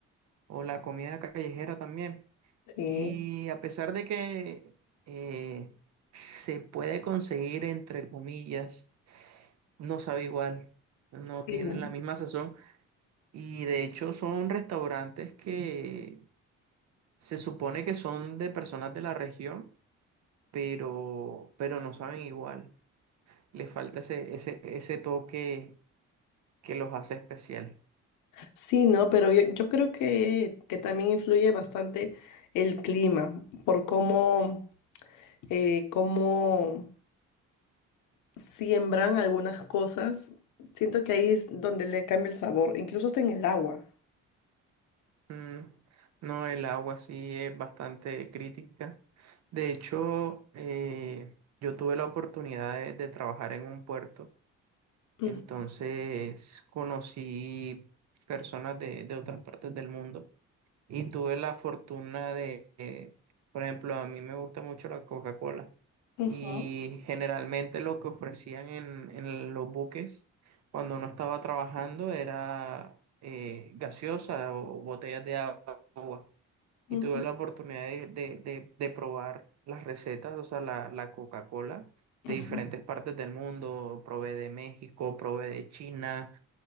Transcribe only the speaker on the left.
Sí.
Sí,
¿no?
Sí, no, pero yo, yo creo que, que también influye bastante el clima, por cómo, eh, cómo siembran algunas cosas, siento que ahí es donde le cambia el sabor, incluso hasta en el agua.
Ujú,
ujú,
ujú,
ujú,